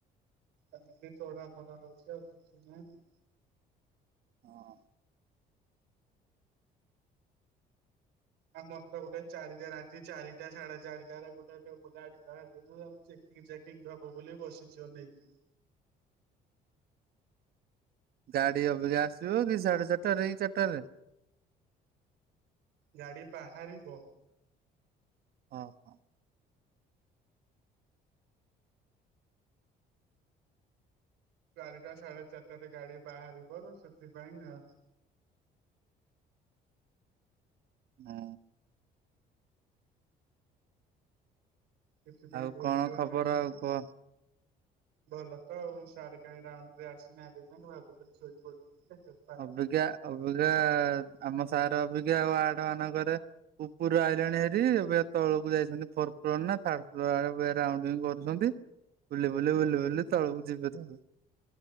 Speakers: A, on the right (about 85°); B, on the right (about 65°).
A: ଖାଲି ତଡା ମଡା ହଉଛି ଆଉ କିଛି ନାହିଁ।
B: ହଁ।
A: ଆଉ ମୋର ତ ଗୋଟେ ଚାରିଟା ରାତି ଚାରିଟା ସାଢେ ଚାରିଟାରେ ଗୋଟେ ଗାଡି। <unintelligible> ଚେକିଂ ଚେକିଂ ହବ ବୋଲି ବସିଚି ଅନେଇକି।
B: ଗାଡି ଅବିକା ଆସିବ କି ସାଢେ ଚାରିଟା ରେ ଏଇ ଚାରିଟା ରେ?
A: ଗାଡି ବାହାରିବ
B: ଅ ହଁ।
A: ଚାରିଟା ସାଢେ ଚାରିଟାରେ ଗାଡି ବାହାରିବ ସେଥିପାଇଁ ଆ
B: ଉଁ।
A: ସେଥିପାଇଁ
B: ଆଉ
A: ବଇଚୁ
B: କଣ ଖବର
A: ଆମେ ଆଜ୍ଞା।
B: ଆଉ କୁହ?
A: ଭଲ ତ ଆଉ ସାରେ କାଇଁ ରାଉଣ୍ଡରେ ଆସି ନାହାନ୍ତି, ଭାବୁଥିଲି ଶୋଇ ପଡିବି
B: ଅବିକା ଅବିକା ଆମ ସାର୍ ଅଭିକା ୱାଡ ମାନଙ୍କରେ ଉପୁରୁ ଆଇଲାଣି ଭାରି, ଏବେ ତଳକୁ ଯାଇଛନ୍ତି ଫୋର୍ ଫ୍ଲୋର୍ ନା ଥାର୍ଡ ଫ୍ଲୋର୍ ଆଡ଼କୁ ରାଉଣ୍ଡିଂ କରୁଛନ୍ତି। ବୁଲି ବୁଲି ବୁଲି ବୁଲି ତଳକୁ ଯିବେ ତାପରେ।